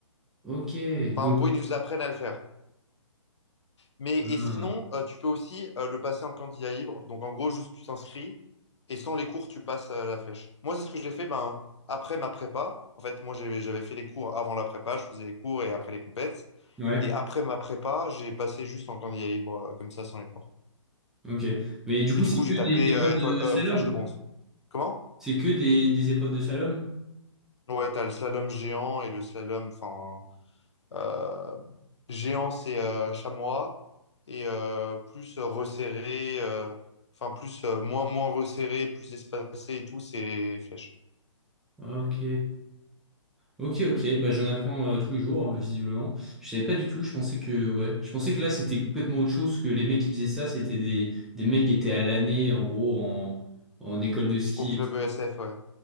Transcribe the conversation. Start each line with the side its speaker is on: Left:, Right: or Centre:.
Centre: Ok,
Left: Enfin,
Centre: donc,
Left: en gros, ils nous apprennent à le faire. Mais
Centre: ah,
Left: et sinon, euh, tu peux aussi euh, le passer en candidat libre. Donc en gros, juste tu t'inscris et sans les cours, tu passes euh, la flèche. Moi, c'est ce que j'ai fait ben, après ma prépa. En fait, moi, j'ai- j'avais fait les cours avant la prépa, je faisais les cours et après les compètes.
Centre: ouais,
Left: Et après ma prépa, j'ai passé juste en candidat libre, euh, comme ça, sans les cours.
Centre: ok. Mais du coup,
Left: Et du
Centre: c'est
Left: coup,
Centre: que
Left: j'ai tapé
Centre: des épreuves
Left: euh, étoile,
Centre: de
Left: euh,
Centre: slalom?
Left: flèche de bronze. Comment?
Centre: C'est que des, des épreuves de slalom?
Left: Ouais, t'as le slalom géant et le slalom, enfin. euh, géants, c'est euh, chamois et euh, plus euh, resserré, euh, enfin plus euh, moins moins resserré, plus espacé et tout, c'est flèche.
Centre: Ok, ok, ok. Bah, j'en apprends euh, tous les jours, euh, visiblement. Je savais pas du tout. Je pensais que, ouais, je pensais que là, c'était complètement autre chose que les mecs qui faisaient ça. C'était des, des mecs qui étaient à l'année, en gros, en, en école de ski.
Left: Au club
Centre: et tout.
Left: ESF, ouais.